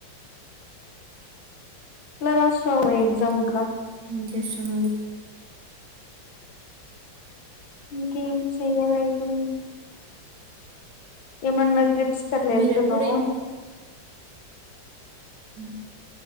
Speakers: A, on the left (about 75°); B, on the right (about 80°).
A: ఎట్లా రాసినావు
B: ఇంకేం
A: ఎగ్జామ్ కి రా
B: ఏం చేస్తున్నారు?
A: ఇంకేం చెయ్యలేదు ఏమన్నా ట్రిప్స్ కి అట్ల
B: మీరెప్పుడు
A: ఎళ్తున్నవా?
B: హు